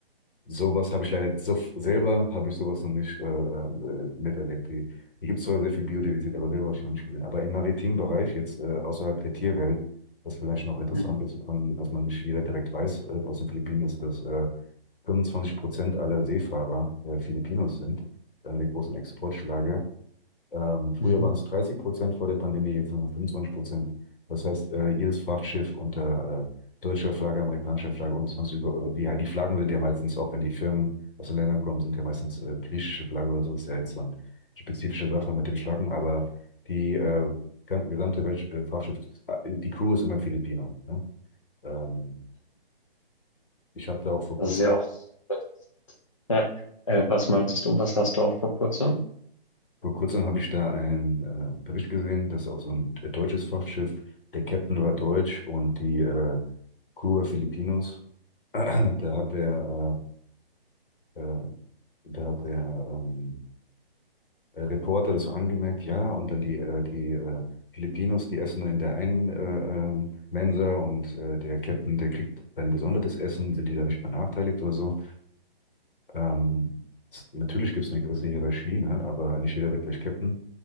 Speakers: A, on the left; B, on the left.
A: Sowas habe ich leider so, selber habe ich sowas noch nicht äh, äh, miterlebt. Hier gibt es zwar sehr viel Biodiversität, aber selber habe ich noch nicht gesehen. Aber im maritimen Bereich, jetzt äh, außerhalb der Tierwelt, was vielleicht noch interessant
B: mhm,
A: ist, von- was man nicht jeder direkt weiß äh, aus den Philippinen, ist, dass äh, 25 Prozent aller Seefahrer äh, Filipinos sind. Einer der großen Exportschlager. Ähm, früher
B: mhm.
A: waren es 30 Prozent vor der Pandemie, jetzt nur noch 25 Prozent. Das heißt, äh, jedes Frachtschiff unter äh, äh, deutscher Flagge, amerikanischer Flagge und sonst über, äh, die, die Flaggen sind ja meistens, auch wenn die Firmen aus den Ländern kommen, sind ja meistens äh, griechische Flagge oder so, ist ja jetzt so eine spezifische Sache mit den Flaggen, aber die äh, gan- gesamte Welt, äh, Frachtschiff, äh, die Crew ist immer Filipino. Ne? Ähm, ich habe da auch vor kurzem
B: das ist ja auch super interessant. Ja. Äh, was meinst du, was hast du auch vor kurzem?
A: Vor kurzem habe ich da einen äh, Bericht gesehen, dass auch so ein äh, deutsches Frachtschiff, der Captain war deutsch und die äh, Crew war Filipinos. <clears throat> Da hat der, äh, äh, da hat der ähm, äh, Reporter das so angemerkt, ja, und dann die, äh, die äh, Filipinos, die essen dann in der einen äh, ähm, Mensa und äh, der Captain, der kriegt dann gesondertes Essen, sind die da nicht benachteiligt oder so. Ähm, s- natürlich gibt es eine gewisse Hierarchie, ne? Aber nicht jeder wird gleich Captain.